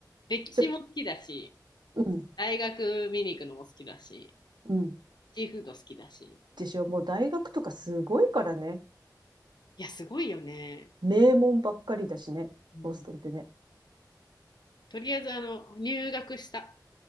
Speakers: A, on the left; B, on the right.
A: 歴史も好きだし、
B: ちょ、うん、
A: 大学見に行くのも好きだし。
B: うん。
A: シーフード好きだし。
B: でしょもう大学とかすごいからね。
A: いや、すごいよね。
B: 名門ばっかりだしね。
A: うん
B: ボストンってね。
A: とりあえず、あの、入学したっ